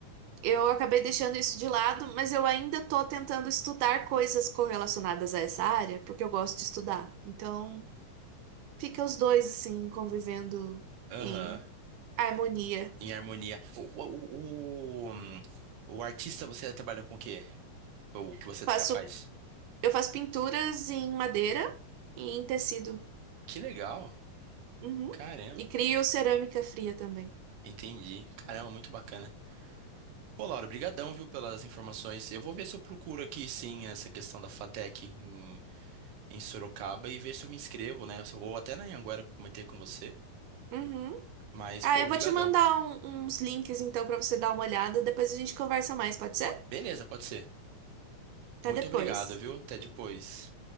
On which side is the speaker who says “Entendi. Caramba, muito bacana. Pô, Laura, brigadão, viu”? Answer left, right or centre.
Right